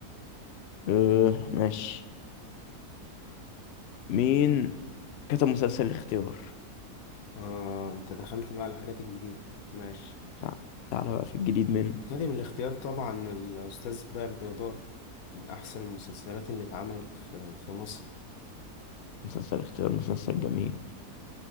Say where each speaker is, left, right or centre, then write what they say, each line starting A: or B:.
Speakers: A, on the left; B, on the left.
A: أه ماشي مين كتب مسلسل الاختيار
B: آه أنت دخلت بقى على الحاجات الجديدة ماشي
A: تع- تعالى بقى في الجديد منه
B: أكاديمي الاختيار طبعا الأستاذ برد ودار من أحسن المسلسلات اللي اتعملت في, في مصر
A: مسلسل اختيار مسلسل جميل